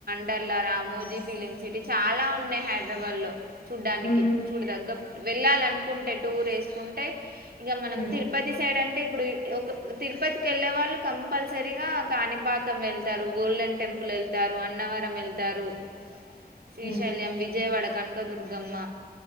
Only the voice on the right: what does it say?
డర్ల రామోజీ ఫిలిమ్ సిటీ చాలా ఉన్నాయి హైదరాబాద్ లో చూడ్డానికి
చూడదగ్గ వెళ్ళాల అనుకుంటే టూర్ వేసుకుంటే ఇక మనం
తిరుపతి సైడ్ అంటే ఇప్పుడు ఒక తిరుపతికి వెళ్ళలే వాళ్ళు కంపల్సరీగా కాణిపాకం వెళ్తారు గోల్డెన్ టెంపుల్ వెళ్తారు అన్న వ వెతారు శ్రీశల్యం
విజయవాడ కనకదుర్గమ్మ